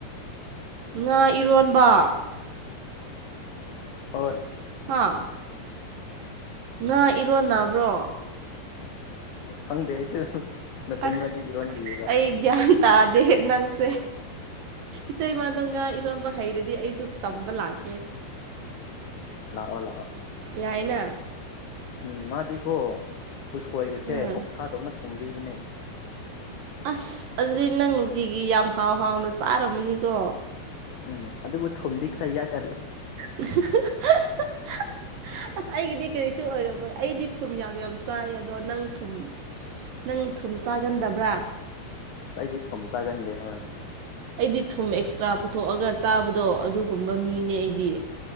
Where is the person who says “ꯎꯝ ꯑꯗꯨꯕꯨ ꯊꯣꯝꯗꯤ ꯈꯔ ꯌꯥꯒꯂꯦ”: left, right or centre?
Left